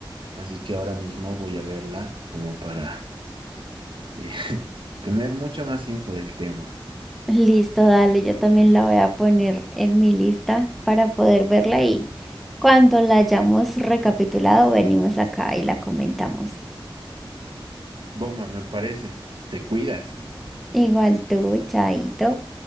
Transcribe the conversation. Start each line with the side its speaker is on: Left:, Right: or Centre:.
Right: Así que ahora mismo voy a verla como para eh, <laughs> tener mucha más info del tema.
Centre: Listo, dale, yo también la voy a poner en mi lista para poder verla y cuando la hayamos recapitulado, venimos acá y la comentamos.
Right: Bomba, me parece. Te cuidas.
Centre: Igual tú, Chaito.